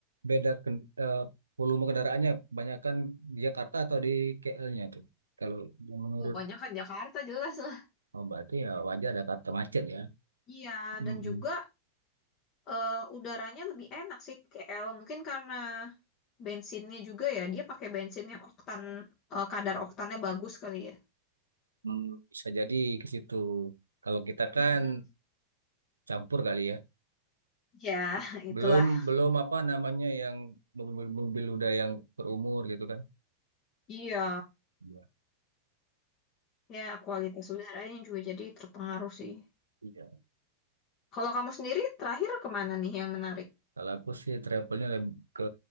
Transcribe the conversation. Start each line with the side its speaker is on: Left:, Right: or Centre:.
Right: beda ken- eh, volume kendaraannya kebanyakan di Jakarta atau di KL-nya tuh. Kalau yang menurut
Left: Oh, banyak kan Jakarta jelas lah.
Right: oh, berarti ya wajar ada Jakarta macet ya.
Left: Iya,
Right: Mm-mm.
Left: dan juga eh, udaranya lebih enak sih di KL. Mungkin karena bensinnya juga ya, dia pakai bensin yang oktan eh, kadar oktannya bagus kali ya.
Right: Hmm, bisa jadi ke situ. Kalau kita kan
Left: Mm,
Right: campur kali ya.
Left: Ya, <laughs> itulah.
Right: Belum belum apa namanya yang mobil-mobil udah yang berumur gitu kan.
Left: Iya.
Right: Iya.
Left: Ya, kualitas udaranya juga jadi terpengaruh sih.
Right: Iya.
Left: Kalau kamu sendiri terakhir kemana nih yang menarik?
Right: Kalau aku sih travelnya lebih ke